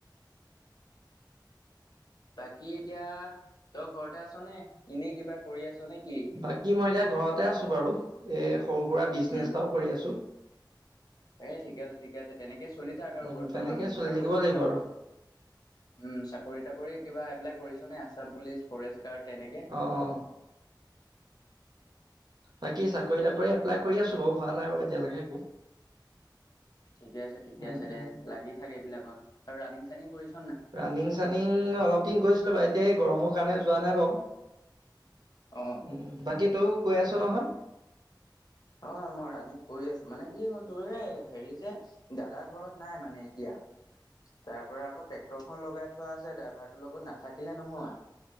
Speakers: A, on the left; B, on the right.
A: বাকী এতিয়া তই ঘৰতে আছ নে এনেই কিবা কৰি আছ নে কি?
B: বাকী মই এতিয়া ঘৰতে আছো বাৰু এই সৰু সুৰা বিজনেছ
A: উম
B: এটাও কৰি আছো
A: এ ঠিকে আছে ঠিকে আছে তেনেকে চলি থাক আৰু
B: উম,
A: বৰ্তমান
B: তেনেকে চলি
A: আৰু
B: থাকিব লাগিব
A: চ
B: আৰু
A: উম চাকৰি তাকৰি কিবা এপ্লাই কৰিছ নে আছাম পুলিচ ফৰেষ্ট গাৰ্ড তেনেকে
B: অ', অ'। বাকী চাকৰি তাকৰি এপ্লাই কৰি আছো বাৰু হোৱা নাই বাৰু এতিয়ালৈকে একো
A: ঠিকে আছে ঠিকে
B: উম
A: আছে
B: উম
A: দে লাগি থাকে এই বিলাকত আৰু ৰানিং চানিং কৰিছো
B: ৰানিং চানিং অলপ দিন গৈছিলো বাৰু এতিয়া এই গৰমৰ কাৰণে যোৱা নাই বাৰু
A: অ
B: উম বাকী তই কৈ আছ নহয়
A: অ মই ৰাণিং কৰি আছো মানে কি হ'ল তোৰ হেই হেৰি যে দাদা ঘৰত নাই মানে এতিয়া তাৰ পৰা আকৌ ট্ৰেক্টৰখন লগাই থোৱা আছে ড্ৰাইভাৰটোৰ লগত নাথাকিলে নহয়